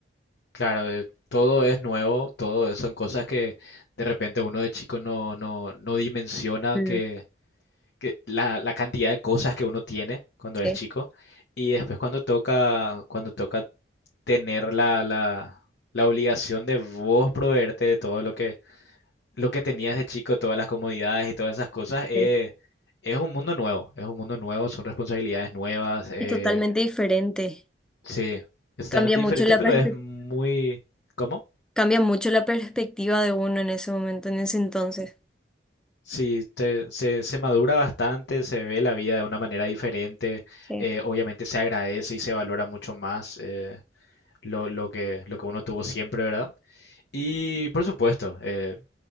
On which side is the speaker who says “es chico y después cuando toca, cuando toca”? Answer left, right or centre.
Left